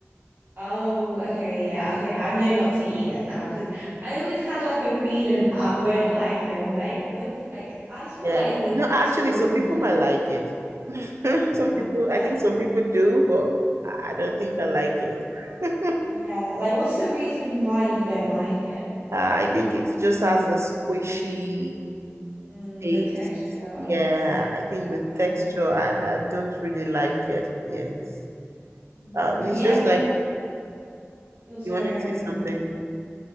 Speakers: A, on the right; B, on the right.
A: Oh, okay, yeah, okay. I know not to eat it now because I always had like a feeling that I won't like him. Like, what? Like, I just feel
B: Yeah.
A: like it's the
B: No, actually,
A: texture, isn't
B: some people
A: it?
B: might like it. <laughs>
A: Yeah,
B: Some people, I
A: but
B: think some people do, but I don't think I like it. <laughs> uh,
A: yeah, like, what's the reason why you don't like it?
B: I think it just has the squishy
A: Mm,
B: taste.
A: the texture.
B: Yeah, I think the
A: I
B: texture,
A: couldn't do
B: I,
A: that.
B: I don't really like it. Yes.
A: Mm,
B: Uh,
A: Would
B: it's
A: you
B: just
A: ever?
B: like
A: Oh, sorry,
B: you want
A: carry
B: to see something.
A: on.